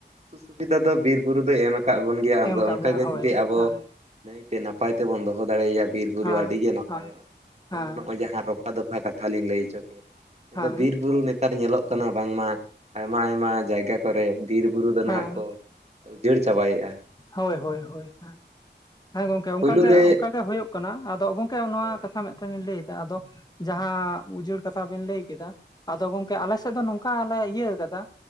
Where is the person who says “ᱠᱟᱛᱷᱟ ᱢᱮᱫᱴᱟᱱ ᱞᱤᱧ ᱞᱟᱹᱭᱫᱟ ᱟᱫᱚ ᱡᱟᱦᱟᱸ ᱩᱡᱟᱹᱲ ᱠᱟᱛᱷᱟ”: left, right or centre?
Left